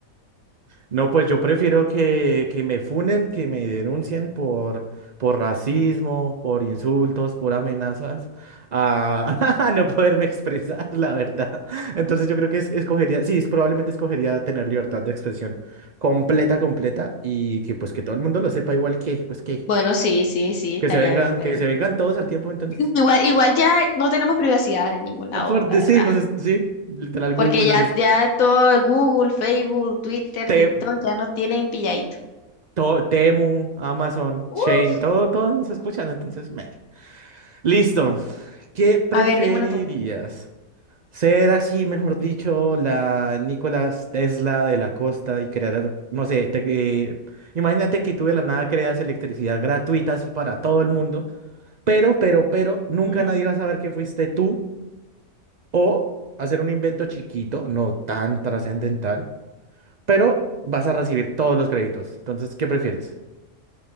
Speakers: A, on the right; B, on the left.
A: No, pues yo prefiero que, que me funen, que me denuncien por, por racismo, por insultos, por amenazas, a, <laughs> a no poderme expresar, <laughs> la verdad. Entonces yo creo que es- escogería, sí, es- probablemente escogería tener libertad de expresión completa, completa, y que pues que todo el mundo lo sepa igual que, pues que,
B: Bueno, sí, sí, sí, estaría
A: que se vengan,
B: bien, estaría
A: que
B: bien.
A: se vengan todos al tiempo, entonces.
B: <laughs> Igual, igual ya no tenemos privacidad en ningún lado,
A: Ah, Por
B: la
A: decir,
B: verdad.
A: no sé, sí, literal
B: Porque
A: Google,
B: ya,
A: no sé,
B: ya todo Google, Facebook, Twitter,
A: Te-
B: TikTok ya no tienen pilladito.
A: to- Temu, Amazon, Chain,
B: Uf,
A: todo, todos nos escuchan, entonces, meh. Listo. ¿Qué preferirías?
B: a ver, dime una tú.
A: Ser así, mejor dicho, la Nicolás Tesla de la costa y crear, no sé, te- eh, imagínate que tú de la nada creas electricidad gratuita así para todo el mundo, pero, pero, pero, nunca
B: Ujú.
A: nadie va a saber que fuiste tú o hacer un invento chiquito, no tan trascendental pero vas a recibir todos los créditos. Entonces, ¿qué prefieres?